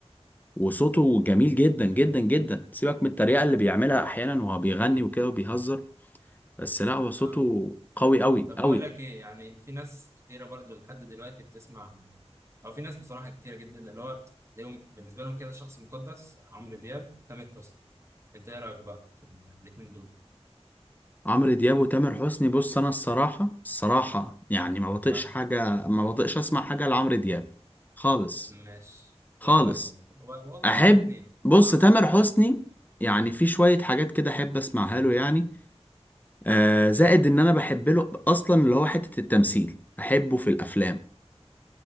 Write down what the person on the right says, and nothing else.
اه
طب
بقول لك ايه يعني في ناس كتيره برضو لحد دلوقتي بتسمع او في ناس بصراحه كتيره جدا اللي هو ليهم بالنسبه لهم كده شخص مقدس عمرو دياب تامر حسني انت ايه رايك بقى في الاثنين دول
اه
ماشي
وانا برضو و- والله
ولا الاثنين
اه